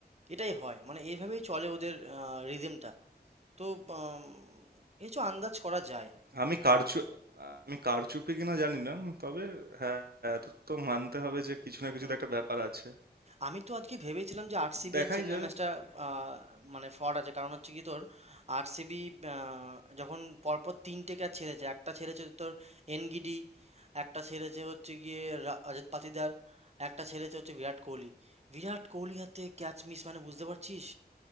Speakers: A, on the right; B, on the right.
A: এটাই হয় মানে এইভাবেই চলে ওদের রিদমটা তো উম, কিছু আন্দাজ করা যায়
B: আমি কারচু আমি কারচুপি কিনা জানি না তবে হ্যাঁ এত তো মানতে হবে যে কিছু না কিছু
A: হুম
B: তো একটা ব্যাপার আছে
A: আমি তো আজকে ভেবেছিলাম যে আরসিবি
B: দেখাই
A: আর চেন্নাই
B: যাক
A: ম্যাচটা মানে ফ্রড আছে কারণ হচ্ছে কি তোর আরসিবি যখন পরপর তিনটে ক্যাচ ছেড়েছে একটা ছেড়েছে তোর এনগিডি একটা ছেড়েছে হচ্ছে গিয়ে রা- রজত পাতিদার একটা ছেড়েছে হচ্ছে বিরাট কোহলি বিরাট কোহলি হাতে ক্যাচ মিস মানে বুঝতে পারছিস